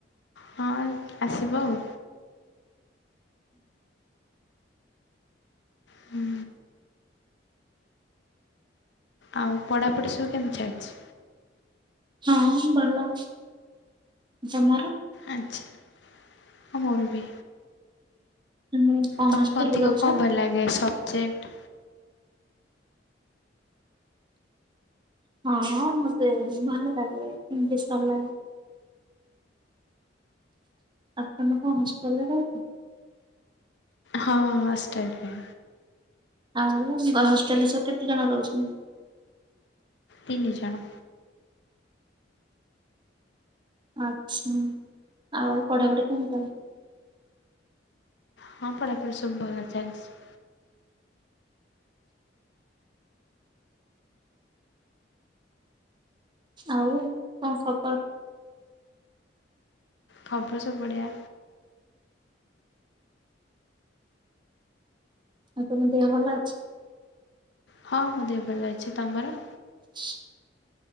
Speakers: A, on the left; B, on the right.
A: ହଁ ଆସିବ ଆଉ। ହୁଁ ଆଉ ପଢ଼ାପଢ଼ି ସବୁ କେମିତି ଚାଲିଛି?
B: ହଁ ଭଲ। ତମର?
A: ଆଚ୍ଛା। ହଁ ମୋର ବି।
B: ତମେ କଣ
A: ତମକୁ
B: ହଷ୍ଟେଲରେ
A: ଅଧିକ
B: ରହୁଛ?
A: କଁ ଭଲ ଲାଗେ? ସବ୍ଜେକ୍ଟ
B: ହଁ ହଁ ମତେ ଭଲ ଲାଗେ ଇଂଲିସ <unintelligible> ଆପଣ କଣ ହଷ୍ଟେଲ ରେ ରହୁଛନ୍ତି?
A: ହଁ ହଁ ହଷ୍ଟେଲରେ।
B: ଆଉ ହଷ୍ଟେଲରେ ସବୁ କେତେ ଜଣ ରହୁଛନ୍ତି?
A: ତିନି ଜଣ।
B: ଆଛା। ଆଉ ପଢାପଢି କେମିତି ଚାଲିଛି।
A: ହଁ ପଢ଼ା ପଢ଼ି ସବୁ ଭଲ ଚାଲିଛି।
B: ଆଉ କଣ ଖବର?
A: ଖବର ସବୁ ବଢ଼ିଆ।
B: ଆଉ ତମ ଦେହ ଭଲ ଅଛି?
A: ହଁ ମୋ ଦେହ ଭଲ ଅଛି। ତମର?
B: <inaudible>